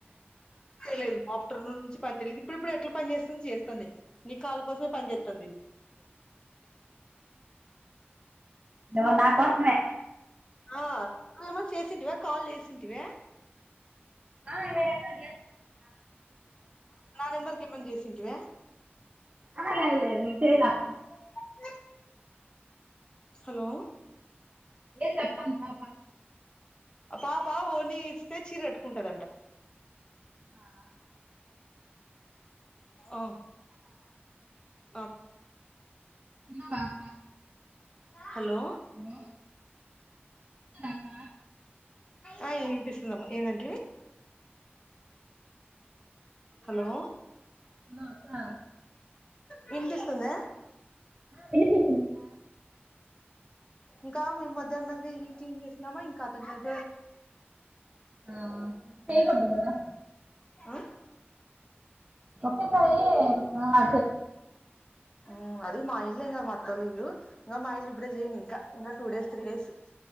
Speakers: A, on the left; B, on the right.
A: లేదు ఆఫ్టర్నూన్ నుంచి పని చేయలేదు ఇప్పుడు ఇప్పుడు ఎట్లా పని చేస్తుంది చేస్తంది నీ కాల్ దమే ప ఎత్తంందిది
B: ను నా కోసమే
A: ఆ నువ ఏమ చేసింటివా కాల్ చేసింటివ
B: ఆవేర ఎక్క చేన్నాంట
A: నాెమర్కెమంది చేసింటివే
B: అలా వెదర న చేయనా ఓ
A: రా హలో
B: ఏం చెప్పతను పాప
A: అ పాపా ఓణి ఇస్తే చీర గట్టుకుంటదంట.
B: ఆ
A: ఓ అమా
B: తినవా అక్క
A: హలో
B: తిన్నారా అక్క
A: ఆ వినిపిస్తుంది ఏనంట హలో
B: హలో అక్క
A: వినిపిస్తుందా
B: వినిపిస్తుంటా
A: ఇంకా మేం మధ్యాహ్నంకా ఇళ్ళు క్లీన్ జేస్ నామ్మా ఇంకా అతను చంపోయ అంటే ఆపేస్తుని
B: ఆకంటదా
A: ఉమ్ ఆ
B: ఒకట్ట తారయ ఆ చేయకూడదు కదా
A: ఉ అది మా ఇల్లే నా మా అత్తో ల్ల ఇల్లు ఇంకా మా ఇల్లు ఇప్పుడే చేయ్యను ఇంకా ఇంకా టూ డేస్ త్రీ డేస్